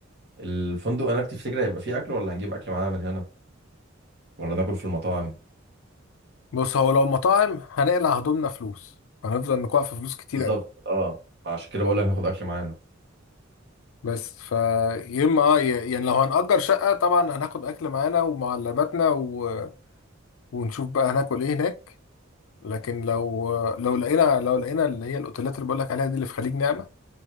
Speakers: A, on the right (about 55°); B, on the left (about 80°).
A: الفندق هناك تفتكر هيبقى فيه اكل ولا هنجيب اكل معانا من هنا ولا ناكل في المطاعم
B: بص هو لو مطاعم هنقلع هدومنا فلوس هنفضل نقع في فلوس كتير
A: بالظبط
B: قوي
A: اه عشان كده بقول لك ناخد اكل معانا
B: بس فا يا اما اه ي- يعني لو هنأجر شقة طبعا هناخد أكل معانا ومعلباتنا و... ونشوف بقى هناكل إيه هناك لكن لو لو لقينا لو لقينا اللي هي الأوتيلات اللي بقولك عليها دي اللي في خليج نعمة